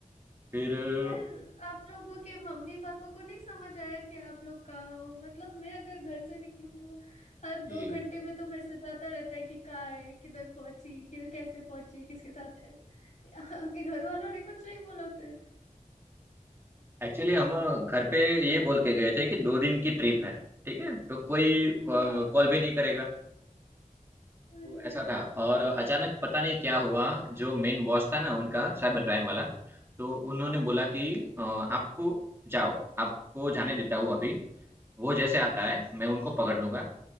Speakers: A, on the right (about 15°); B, on the left (about 60°).
A: फिर अ,
B: पर आप लोगों के मम्मी पापा को नहीं समझ आया कि आप लोग कहाँ हो मतलब मैं अगर घर से निकलूँ तो हर
A: ये
B: दो घंटे में तो मैसेज आता रहता है कि कहाँ है किधर पहुंची कि कैसे पहुंची किसके साथ है आपके घर वालों ने कुछ नहीं बोला फिर
A: एक्चुअली हम अ, घर पे ये बोल के गए थे कि दो दिन की ट्रिप है ठीक है तो कोई
B: हाँ
A: कॉल भी नहीं करेगा
B: अरे
A: तो ऐसा था और अचानक पता नहीं क्या हुआ जो मेन बॉस था ना उनका साइबर क्राइम वाला तो उन्होंने
B: हाँ
A: बोला कि अ, आप जाओ आपको जाने देता हूँ अभी वो जैसे आता है मैं उनको पकड़ लूँगा